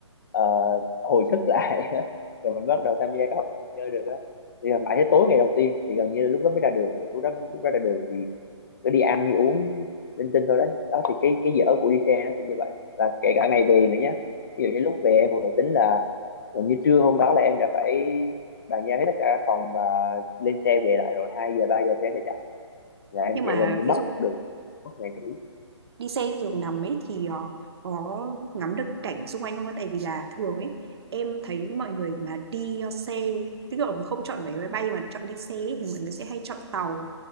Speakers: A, on the left; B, on the right.
A: ờ, hồi sức lại <laughs> rồi mình bắt đầu tham gia các hoạt động chơi được á thì mãi tới tối ngày đầu tiên thì gần như là lúc đó mới ra đường được lúc đó lúc đó ra đường thì cứ đi ăn đi uống linh tinh thôi đấy đó thì cái cái dở của đi xe nó sẽ như vậy và kể cả ngày về nữa nhé ví dụ như lúc về em cũng đã tính là gần như trưa hôm đó là em đã phải bàn giao hết tất cả các phòng và lên xe về lại rồi hai giờ ba giờ xe sẽ chạy là em
B: nhưng
A: sẽ
B: mà
A: gần như mất
B: ví dụ
A: được mất ngày rưỡi
B: đi xe giường nằm ấy thì ờ, có ngắm được cảnh xung quanh không ạ? Tại vì là thường ấy em thấy mọi người mà đi ờ, xe tức là không chọn vé máy bay mà chọn đi xe ấy, thì mọi người sẽ hay chọn tàu